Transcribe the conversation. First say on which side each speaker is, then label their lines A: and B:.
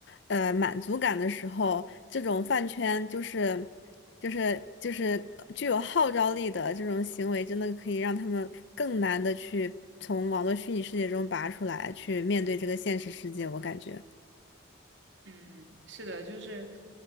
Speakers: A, on the left; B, on the right.
A: 呃，满足感的时候，这种饭圈就是，就是就是具有号召力的这种行为，真的可以让他们更难的去从网络虚拟世界中拔出来，去面对这个现实世界，我感觉。
B: 嗯，是的，就是，